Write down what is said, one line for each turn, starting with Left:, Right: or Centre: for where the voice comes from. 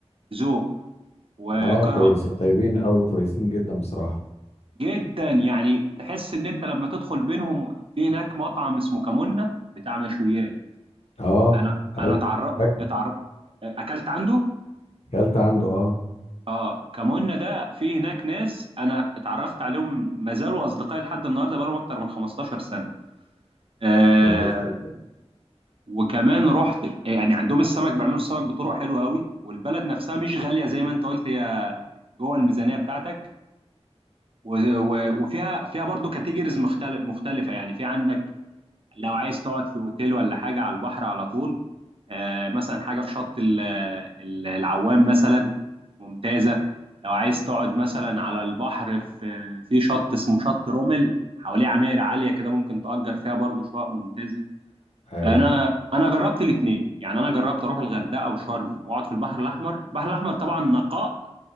Right: ذوق وكرم
Left: اه كويس طيبين قوي وكويسين جدا بصراحة
Right: جدا يعني تحس إن أنت لما تدخل بينهم في هناك مطعم اسمه كمونة بتاع مشويات
Left: اه
Right: أنا أنا
Left: ايوه
Right: اتعر
Left: فاكر
Right: اتعر أكلت عنده
Left: اكلت عنده اه
Right: اه كمونة ده في هناك ناس انا اتعرفت عليهم ما زالوا اصدقائي لحد النهارده بقالهم اكتر من 15 سنه آه
Left: كويس جدا
Right: وكمان رحت يعني عندهم السمك بيعملوا السمك بطرق حلوه قوي والبلد نفسها مش غاليه زي ما انت قلت هي جوه الميزانيه بتاعتك و- و- وفيها فيها برضو كاتيجوريز مختلف مختلفه يعني في عندك لو عايز تقعد في اوتيل ولا حاجه على البحر على طول آه، مثلا حاجه في شط ال- ال- العوام مثلا ممتازه لو عايز تقعد مثلا على البحر في في شط اسمه شط رومل حواليه عماير عاليه كده ممكن تأجر فيها برضو شقق ممتازه
Left: ايوه
Right: انا انا جربت الاثنين يعني انا جربت اروح الغردقه وشرم واقعد في البحر الاحمر البحر الاحمر طبعا نقاء